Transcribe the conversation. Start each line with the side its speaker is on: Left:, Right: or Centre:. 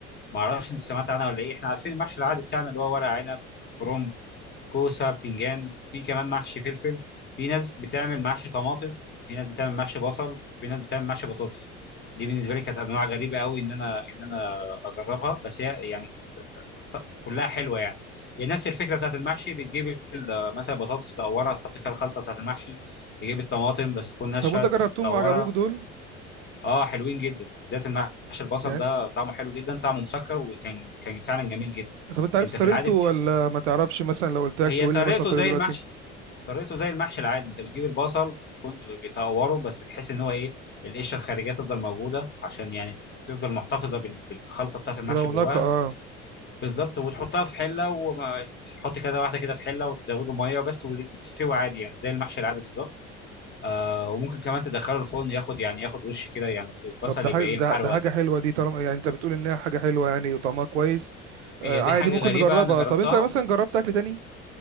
Left: ما اعرفش انت سمعت عنها ولا ايه احنا عارفين المحشي العادي بتاعنا اللي هو ورق عنب كرنب كوسه بتنجان في كمان محشي فلفل في ناس بتعمل محشي طماطم في ناس بتعمل محشي بصل في ناس بتعمل محشي بطاطس دي بالنسبه لي كانت انواع غريبه قوي ان انا ان انا اجربها بس هي يعني كانت ط- كلها حلوه يعني هي نفس الفكره بتاعت المحشي بتجيب ال- مثلا بطاطس تقورها تحط فيها الخلطه بتاعت المحشي تجيب الطماطم بس تكون ناشفه
Right: طب وانت جربتهم
Left: تقورها
Right: وعجبوك دول
Left: اه حلوين جدا بالذات المحشي البصل
Right: يعني
Left: ده طعمه حلو جدا طعمه مسكر وكان كان فعلا جميل جدا
Right: طب انت عرفت
Left: انت في
Right: طريقته
Left: العادي بتح-
Right: ولا ما تعرفش مثلا لو قلت لك
Left: هي
Right: تقول
Left: طريقته
Right: لي مثلا طريقه
Left: زي
Right: دلوقتي
Left: المحشي طريقته زي المحشي العادي انت بتجيب البصل بيكون- بيطوره بس بحيث ان هو ايه القشره الخارجيه تفضل موجوده عشان يعني تفضل محتفظه بال- بالخلطه بتاعه المحشي
Right: برونقة
Left: جواها
Right: اه
Left: بالظبط وتحطها في حله وحط كده واحده كده في حله وتزوده ميه بس وتستوي عادي يعني زي المحشي العادي بالظبط آه وممكن كمان تدخله الفرن ياخد يعني ياخد وش كده يعني البصل
Right: طب ده
Left: يبقى
Right: حاجة
Left: ايه
Right: ده,
Left: محروق
Right: ده حاجة
Left: كده
Right: حلوة دي طالما يعني انت بتقول انها حاجة حلوة يعني وطعمها كويس آه
Left: هي
Right: عادي
Left: دي حاجه
Right: ممكن
Left: غريبه
Right: نجربها
Left: انا جربتها
Right: طب انت مثلا جربت اكل تاني